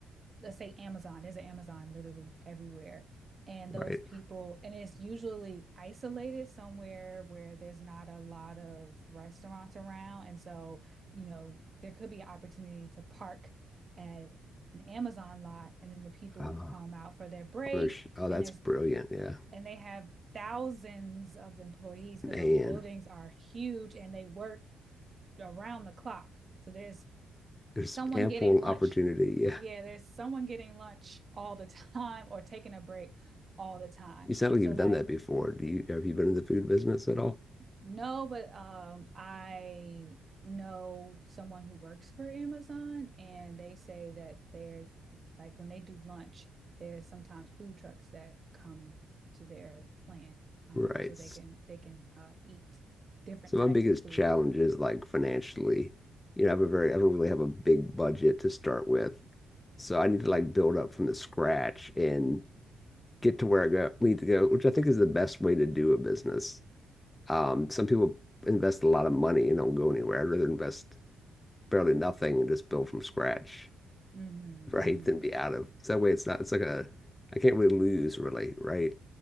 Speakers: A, on the right; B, on the left.
A: let's say Amazon, there's an Amazon literally everywhere. And those
B: right.
A: people, and it's usually isolated somewhere where there's not a lot of restaurants around. And so, you know, there could be an opportunity to park at an Amazon lot and then the people
B: Uh,
A: come out for their break
B: on their sh oh,
A: and
B: that's
A: there's
B: brilliant. Yeah,
A: and they have thousands of employees because
B: man,
A: those buildings are huge and they work around the clock. So there's
B: there's
A: someone
B: ample
A: getting lunch.
B: opportunity. Yeah,
A: Yeah, there's someone getting lunch all the <laughs> time or taking a break all the time.
B: you sound like
A: So
B: you've
A: like
B: done that before. Do you have you been in the food business at all?
A: no, but um I know someone who works for Amazon and they say that they're like when they do lunch, there's sometimes food trucks that come to their plant um
B: Right.
A: so they can they can uh, eat different
B: So
A: types
B: my biggest
A: of food.
B: challenge is like financially. You know, I have a very, I don't really have a big budget to start with. So I need to like build up from the scratch and get to where I go, need to go, which I think is the best way to do a business. Um, some people invest a lot of money and don't go anywhere. I'd rather invest barely nothing and just build from scratch,
A: Mhm,
B: <laughs> right?
A: mhm.
B: Than be out of. So that way it's not, it's like a, I can't really lose really, right?